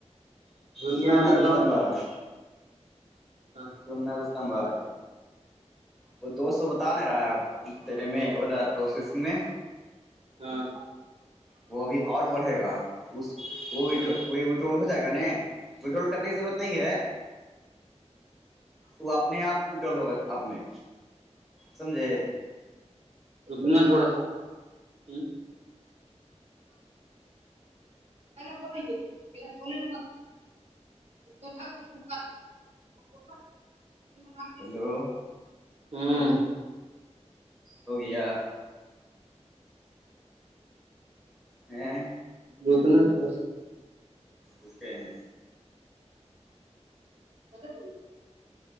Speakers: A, on the right; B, in the centre.
A: دنیا
B: س نائ
A: تو
B: ر استبا
A: تب
B: ہے
A: ہاں
B: سن ر استمبا ہے وہ دو سو بتا نہیں رہا ہے آپ تیرے میں بولا پروسیسنگ میں
A: ہاں
B: وہ ابھی اور بڑھے گا اس وہ بھی
A: ہاں
B: وہ وٹول ہو جائے گا نا وڈرول کرنے کی ضرورت نہیں ہے وہ اپنے آپ بڈول ہوگا آ میں سمجھے
A: رکنا تھوڑا سا ہے کا بنے بولین مات <unintelligible>
B: ہیلو
A: ہوں
B: ہو گیا ہاں
A: رکنا تھوڑا سا
B: اکے ہیں
A: سب چولے